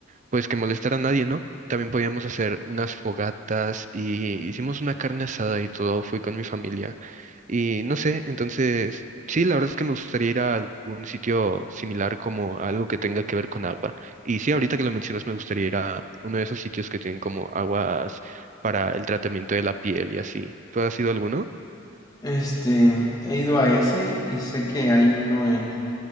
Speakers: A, on the right (about 35°); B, on the left (about 20°).
A: pues que molestar a nadie, ¿no? También podíamos hacer unas fogatas y hicimos una carne asada y todo, fui con mi familia. Y no sé, entonces, sí, la verdad es que me gustaría ir a algún sitio similar como algo que tenga que ver con agua. Y sí, ahorita que lo mencionas, me gustaría ir a uno de esos sitios que tienen como aguas para el tratamiento de la piel y así. ¿Tú has ido a alguno?
B: Este, he ido a ese y sé que hay uno en,